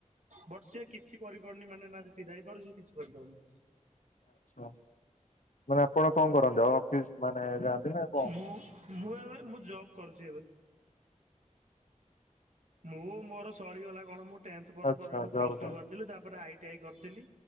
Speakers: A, on the right; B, on the left.
A: ବଟ ସିଏ କିଛି କରିପାରୁନି ମାନେ ନା ସେଠିକି ଯାଇପାରୁଚି କିଛି କରିପାରୁନି।
B: ଆଛା ମାନେ ଆପଣ କଣ କରନ୍ତି ଆଉ ଅଫିସ ମାନେ ଯାଆନ୍ତିନା
A: ମୁଁ ମୁଁ ଏବେ ମୁଁ ଜବ କରୁଚି ଏବେ। ମୁଁ ମୋର ସରିଗଲା କଣ ମୁଁ ଟେନଥ୍ ପରେ
B: ଆଚ୍ଛା
A: ପରେ ମୁଁ
B: ଜବ୍
A: ପ୍ଲସ
B: ଯାଆନ୍ତି
A: ଟୁ କରିଥିଲି ତାପରେ ଆଇ ଟି ଆଇ କରିଥିଲି।